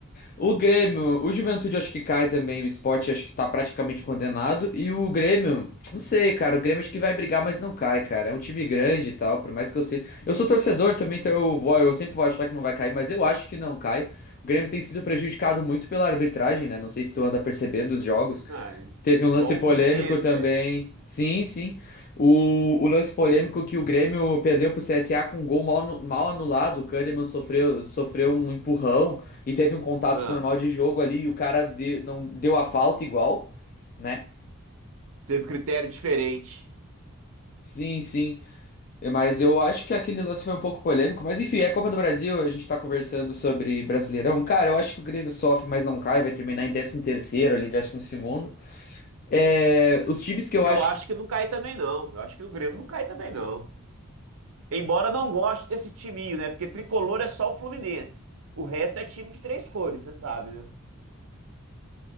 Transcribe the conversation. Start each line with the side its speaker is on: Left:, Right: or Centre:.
Left: O Grêmio, o Juventude acho que cai também, o Sport acho que tá praticamente condenado. E o Grêmio, não sei, cara, o Grêmio acho que vai brigar, mas não cai, cara. É um time grande e tal, por mais que eu sei. Eu sou torcedor também, então eu vou, eu sempre vou achar que não vai cair, mas eu acho que não cai. O Grêmio tem sido prejudicado muito pela arbitragem, né? Não sei se tu anda percebendo os jogos.
Right: Ah,
Left: Teve um lance
Right: igual
Left: polêmico
Right: o Fluminense,
Left: também.
Right: velho.
Left: Sim, sim. O, o lance polêmico que o Grêmio perdeu pro CSA com um gol mal, anu- mal anulado. O Kahneman sofreu, sofreu um empurrão e teve um contato
Right: Ah,
Left: normal de jogo ali. E o cara de- não deu a falta igual, né?
Right: teve critério diferente.
Left: Sim, sim. Mas eu acho que aquele lance foi um pouco polêmico. Mas enfim, é Copa do Brasil. A gente tá conversando sobre Brasileirão. Cara, eu acho que o Grêmio sofre, mas não cai. Vai terminar em décimo terceiro ali, décimo segundo É, os times que eu
Right: Eu
Left: acho.
Right: acho que não cai também, não. Eu acho que o Grêmio não cai também, não. Embora não goste desse timinho, né? Porque tricolor é só o Fluminense. O resto é time de três cores, você sabe, né?